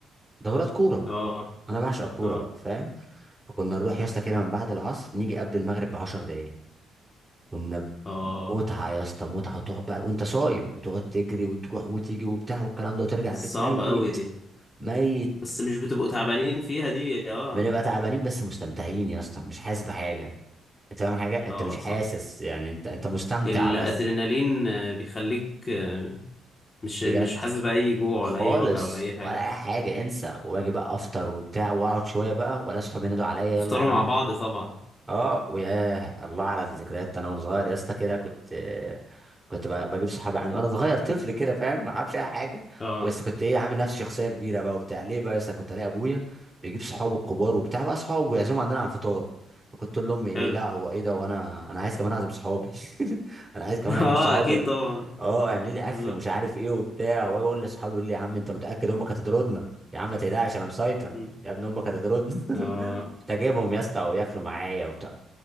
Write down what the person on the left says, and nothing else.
اه
اه
اه
صعبة
قوي دي
بس مش بتبقوا تعبانين فيها دي اه
اه
صح
الادرينالين
آه، بيخليك آه، مش
مش حاسس بأي جوع
ولا أي وجع ولا أي حاجة
تفطروا
مع بعض طبعا
اه
حلو
<laughs>
اه
أكيد طبعا
اه
مم.
آه،